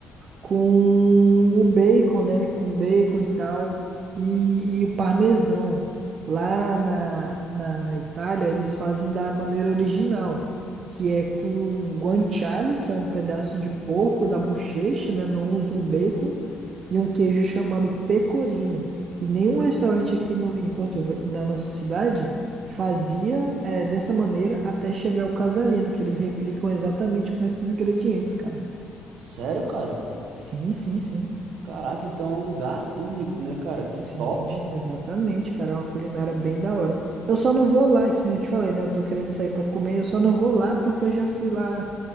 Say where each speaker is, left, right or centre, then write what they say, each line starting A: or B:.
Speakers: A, on the right; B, on the right.
A: com o bacon, né? Com bacon e tal, e, e o parmesão. Lá na, na Itália, eles fazem da maneira original, que é com guanciale, que é um pedaço de porco da bochecha, né? Não usam um bacon, e um queijo chamado pecorino. E nenhum restaurante aqui no, em Porto, Ve- na nossa cidade fazia eh, dessa maneira até chegar o casarino, que eles replicam exatamente com esses ingredientes, cara.
B: Sério, cara?
A: Sim, sim, sim.
B: Caraca, então é um lugar único, né, cara? Que
A: Sim,
B: top.
A: exatamente, cara. É uma culinária bem da hora. Eu só não vou lá, é que nem eu te falei, né? Eu tô querendo sair pra comer, eu só não vou lá porque eu já fui lá